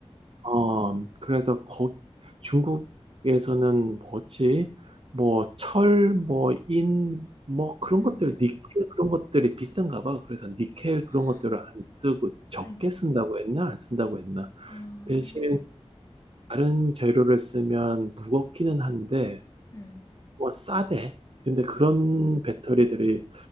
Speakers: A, on the right; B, on the left.
A: 어, 그래서 거, 중국에서는 뭐지? 뭐, 철, 뭐, 인, 뭐, 그런
B: 응,
A: 것들,
B: 응.
A: 니켈 그런 것들이 비싼가 봐. 그래서 니켈 그런
B: 아,
A: 것들을 안 쓰고 적게
B: 아이고.
A: 쓴다고 했나? 안 쓴다고 했나?
B: 아,
A: 대신 다른 재료를 쓰면 무겁기는 한데,
B: 응,
A: 뭐, 싸대. 근데 그런
B: 아,
A: 배터리들이,